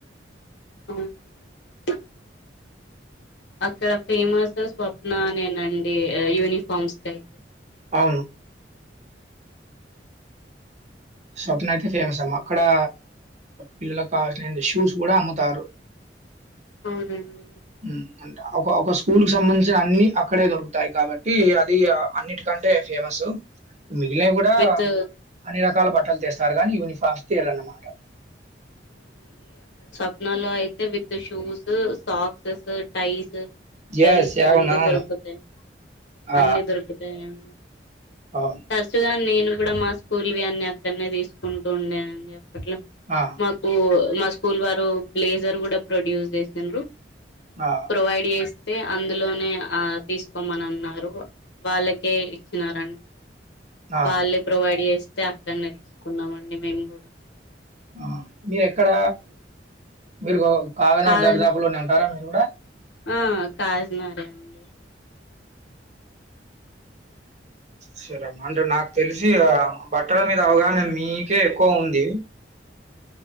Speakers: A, on the left; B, on the right.
A: అవునా అండి అక్కడ ఫేమస్ స్వప్న నేనండి, యూనిఫామ్స్ కయితే
B: అవును స్వప్న అయితే ఫేమస్ అమ్మ, అక్కడా పిల్లలకు కావల్సినఏంది షూస్ గుడా అమ్ముతారు.
A: అవునండి
B: మ్ అంట ఒక ఒక స్కూల్ కి సంబంధించిన అన్ని అక్కడే దొరుకుతాయి కాబట్టి అది అన్నిటికంటే ఫేమస్. మిగిలినవి గూడా
A: విత్
B: అన్ని రకాల బట్ బట్టలు తెస్తారు గాని యూనిఫామ్స్కి అదన్నమాట
A: స్వప్న లో అయితే with shoes, socks, ties
B: yes.
A: Belts దాన్లనే
B: అవును. అవును.
A: దొరుకుతయి,
B: ఆ!
A: అన్ని దొరుకుతయండి.
B: అవును.
A: తర్చుగా నేను గూడ మా స్కూల్ వి అన్నీ అక్కన్నే తీసుకుంటూ ఉండే అండి అప్పట్లో.
B: ఆ!
A: మాకు మా స్కూల్ వారు బ్లేజర్ గూడ ప్రొడ్యూస్ జేసిండ్రు.
B: ఆ!
A: ప్రొవైడ్ చేస్ తే అందులోనే ఆ తీసుకోమనన్నారు వాళ్ళకే ఇచ్చినారంట.
B: ఆ!
A: వాళ్ళే ప్రొవైడ్ జేస్తే అక్కన్నే తీస్ కున్నామండి మేము గూడా
B: ఆ మీరు ఎక్కడ మీరు ఒ కాగానగర్
A: కాదం
B: దరిదాపులోనే ఉంటారా మీరు గూడా
A: ఆ కాజి నగరేఅండి
B: సరే అమ్మ అంటే నాకు తెలిసి ఆ బట్టల మీద అవగాహన మీకే ఎక్కువ ఉంది